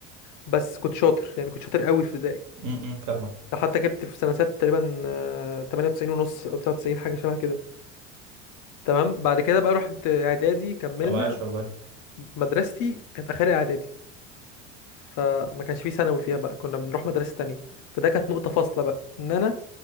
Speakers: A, on the left; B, on the right.
A: بس كنت شاطر يعني كنت شاطر قوي في ابتدائي
B: امم فاهمك
A: حتى جبت في سنة ست تقريبا آه، 98 ونص أو 99 حاجة شبه كده تمام بعد كده بقى رحت إعدادي كملنا
B: طب عاش والله
A: مدرستي كانت اخرها اعدادي فما كانش فيه ثانوي فيها بقى كنا بنروح مدرسة تانية فده كانت نقطة فاصلة بقى ان انا